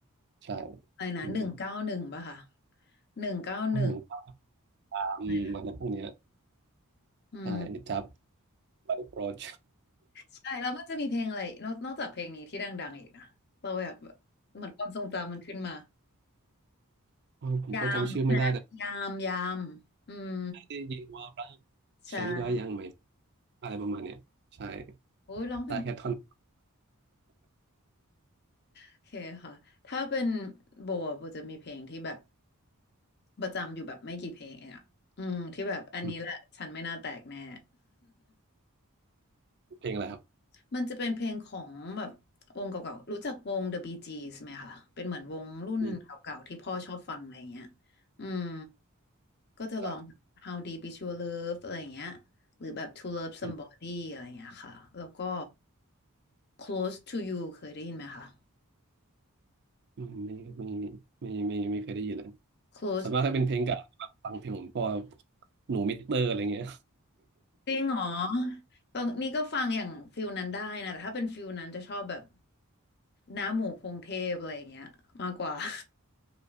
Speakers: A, on the right; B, on the left.
A: ใช่
B: อะไรนะหนึ่งเก้าหนึ่งป่ะค่ะ
A: อืม
B: หนึ่งเก้าหนึ่ง
A: ให้หนึ่งตามอะไรพวกเนี้ย
B: อะไรนะอืม
A: ใช่จับไปโปรด
B: ใช่แล้วมันจะมีเพลงอะไรนอกนอกจากเพลงนี้ที่ดังๆอีกนะเราอยากแบบเหมือนความทรงจำมันขึ้นมา
A: เออผมก็จำชื่อไม่ได้แต่
B: ยามใช่ไหมยามยามอืม
A: ได้ยินว่าบ้าง
B: ใช่
A: ฉันก็ยังไม่อะไรประมาณเนี้ยใช่
B: โอ้ยร้องเพลงเพราะ
A: ได้แค่ท่อน
B: โอเคค่ะ ถ้าเป็นโบอะโบจะมีเพลงที่แบบประจำอยู่แบบไม่กี่เพลงเองอ่ะ อืมที่แบบอันนี้แหละฉันไม่น่าแตกแน่
A: อืมเพลงอะไรครับ
B: <laughs> มันจะเป็นเพลงของแบบวงเก่าๆ รู้จักวง The Bee Gees ไหมคะเป็นเหมือนวงรุ่นเก่าๆที่พ่อชอบฟังอะไรเงี้ย
A: มี
B: อืมก็จะลอง
A: จาก
B: How Deep Is Your Love อะไรเงี้ย หรือแบบ To Love Somebody
A: อืม
B: อะไรเงี้ยค่ะ แล้วก็ Close to You เคยได้ยินไหมคะ
A: อืมไม่ไม่ไม่ไม่ไม่ไม่เคยได้ยินเลย
B: Close
A: ส่วนมากถ้าเป็นเพลงเก่าแบบฟังเพลงผมก็หนูมิสเตอร์อะไรเงี้ย
B: จริงเหรอตรงนี้ก็ฟังอย่างฟิลนั้นได้นะแต่ถ้าเป็นฟิลนั้นจะชอบแบบน้าหมูพงเทพอะไรอย่างเงี้ยมากกว่า <laughs>